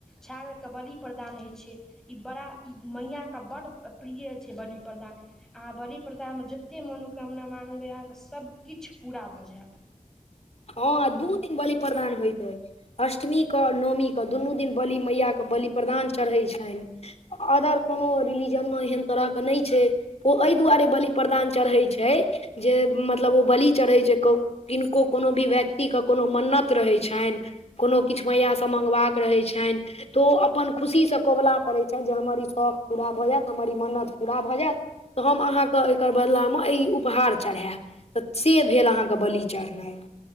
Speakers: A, in the centre; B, on the left.
A: छागर कऽ बलि प्रदान हइ छै ई बड़ा ई मैया केँ बड प्रिय छै बलि प्रदान अहाँ बलि प्रदामे जतेक मनोकामना मांगबै अहाँकेँ सबकिछ पूरा भऽ जैत
B: हँ दू दिन बलि प्रदान होइत ऐछ अष्टमीक नओमीक दुनू दिन बलि मैया कऽ बलि प्रदान चढ़ै छैन अदर कोनो रिलीजनम एहन तरह कऽ नै छै ओ अय दुआरे बलि प्रदान चढ़ै छै जे मतलब ओ बलि चढ़ै छै किनको कोनो भी व्यक्तिक कोनो मन्नत रहै छैन कोनो किछ मयासँ मंगबाक रहै छैन तऽ ओ अपन खुशीसँ कोबला करै छैथ जे हमर ई शौख पूरा भऽ जैत हमर ई मन्नत पूरा भऽ जैत तऽ हम अहाँकेँ एकर बदलामे ई उपहार चरहैब तऽ से भेल अहाँकेँ बलि चढ़नाइ